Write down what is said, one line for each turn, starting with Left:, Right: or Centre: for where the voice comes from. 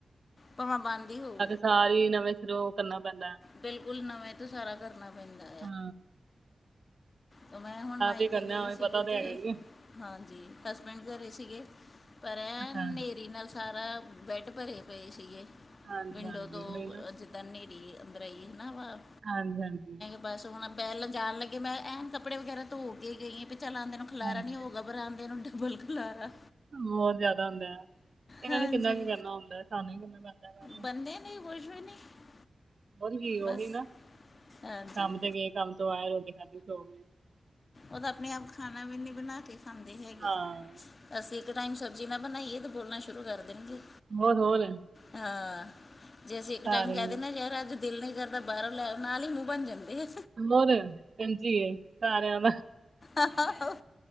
Left: ਭਵਾਂ ਬੰਦ ਈ ਹੋਊ।
Right: ਸਾਰੇ ਈ ਨਵੇਂ ਸਿਰੋ ਓ ਕਰਨਾ ਪੈਂਦਾ।
Left: ਬਿਲਕੁਲ ਨਵੇਂ ਤੋਂ ਸਾਰਾ ਕਰਨਾ ਪੈਂਦਾ।
Right: ਹੂੰ
Left: ਤੋ ਮੈਂ ਹੁਨ ਮਾਈਕੇ
Right: ਹੀ ਕਰਨਾ
Left: ਗਈ
Right: ਉਹੀ
Left: ਸੀਗੀ,
Right: ਪਤਾ
Left: ਤੇ
Right: ਹੈਗਾ ਹੀ ਹੈ।
Left: ਹਾਂਜੀ ਹਸਬੈਂਡ ਘਰੇ ਸੀਗੇ, ਪਰ ਐਹ
Right: ਅੱਛਾ
Left: ਨੇਰੀ ਨਾਲ ਸਾਰਾ ਬੈਡ ਭਰੇ ਪਏ ਸੀਗੇ,
Right: ਹਾਂਜੀ
Left: ਵਿੰਡੋ
Right: ਹਾਂਜੀ
Left: ਤੋਂ
Right: ਉਹੀ ਨਾ
Left: ਅੱਜ ਦਅਨੇਰੀ ਅੰਦਰ ਆਈ ਹੈ ਨਾ ਵ
Right: ਹਾਂਜੀ -ਹਾਂਜੀ
Left: ਬਸ ਹੁਣ ਪਹਿਲਾ ਜਾਣ ਲੱਗੇ ਮੈਂ ਐਨ ਕੱਪੜੇ ਵਗੈਰਾ ਧੋ ਕੇ ਗਈ ਹਾਂ ਵੀ ਚਲਾ ਆਉਂਦੇ ਨੇ ਖਲਾਰਾ
Right: ਹਾਂਜੀ
Left: ਨੀ ਹੋਊਗਾ, ਬਟ ਆਉਂਦੇ ਨੂੰ ਡਬਲ ਖਲਾਰਾ
Right: ਬਹੁਤ ਜ਼ਿਆਦਾ ਹੁੰਦਾ ਇਹਨਾਂ
Left: ਹਾਂਜੀ
Right: ਨੇ ਕਿੰਨਾ ਕੀ ਕਰਨਾ ਹੁੰਦਾ ਸਾਨੂੰ ਵੀ ਕਿੰਨਾ ਕਰਦਾ ਪੈਂਦਾ
Left: ਬੰਦੇ
Right: ਏ
Left: ਨਹੀਂ ਕੁਛ ਵੀ ਨਹੀਂ
Right: ਹੁਣ ਕੀ
Left: ਬਸ
Right: ਉਹੀ ਨਾ
Left: ਹਾਂਜੀ
Right: ਕੰਮ ਤੇ ਗਏ ਕੰਮ ਤੋਂ ਆਏ ਰੋਟੀ ਖਾਧੀ ਸੋ ਗਏ
Left: ਔ ਤਾ ਆਪਣੇ ਆਪ ਖਾਣਾ ਵੀ ਨਹੀਂ ਬਣਾ ਕੇ ਖਾਂਦੇ ਹੈਗੇ,
Right: ਹਾਂ
Left: ਅਸੀਂ ਇੱਕ ਟਾਈਮ ਸਬਜ਼ੀ ਨਾ ਬਣਾਈਏ ਤੇ ਬੋਲਣਾ ਸ਼ੁਰੂ ਕਰ ਦੇਣਗੇ
Right: ਹੋਰ ਹੋਰ
Left: ਹਾਂ, ਜੇ ਅਸੀਂ ਇੱਕ
Right: ਸਾਰਿਆਂ
Left: ਟਾਈਮ ਕਹਿ ਦੇ
Right: ਦਾ
Left: ਨਾ ਯਾਰ ਅੱਜ ਦਿਲ ਨਹੀਂ ਕਰਦਾ ਬਾਹਰੋਂ ਲੈ ਆਯੋ, ਨਾਲ ਹੀ ਮੂੰਹ ਬਣ ਜਾਂਦੇ ਐ
Right: ਬਹੁਤ ਐ, ਇੰਜ ਹੀ ਹੈ ਸਾਰਿਆਂ ਦਾ
Left: ਆ ਆ